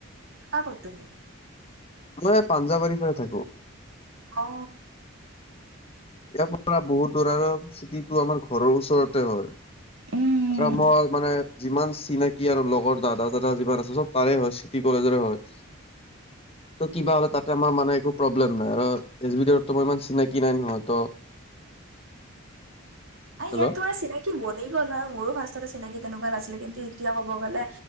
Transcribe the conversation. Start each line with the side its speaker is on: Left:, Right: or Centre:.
Right: থাকা কত তুমি?
Left: মই সে পাঞ্জাবাৰী ফালে থাকো।
Right: অ।
Left: ইয়াৰ পৰা বহুত দূৰ আৰু চিটিটো আমাৰ ঘৰৰ ওচৰতে হয়।
Right: উম
Left: আৰু মই
Right: ঠিকে
Left: মানে যিমান চিনাকি আৰু লগৰ দাদা চাদা যিমান আছে চব তাৰে হয় চিটি কলেজৰে হয়। ত
Right: অ
Left: কিবা হ'লে তাত আমাৰ মানে একো প্ৰব্লেম নাই, আৰু এছ বি দিওতো মই ইমান চিনাকি নাই নহয়। ত
Right: আৰে
Left: হেল্ল'
Right: ইয়াত তোমাৰ চিনাকি বনি গ'ল হয়, মোৰো ফাৰ্ষ্টতে চিনাকি তেনেকুৱা নাছিলে কিন্তু এতিয়া কব গ'লে